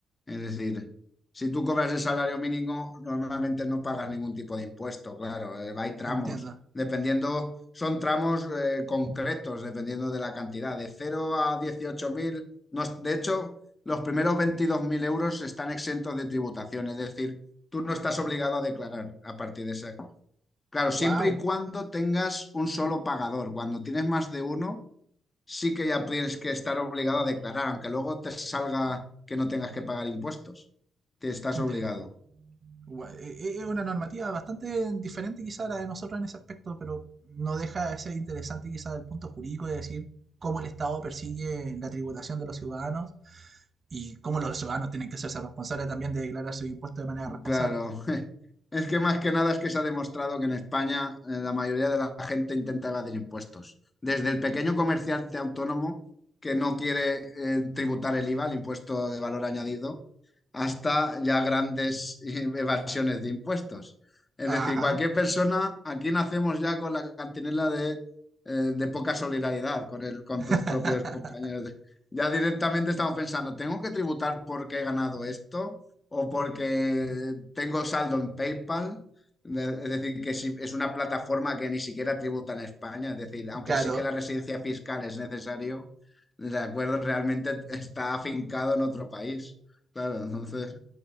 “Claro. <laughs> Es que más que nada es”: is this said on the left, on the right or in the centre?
Left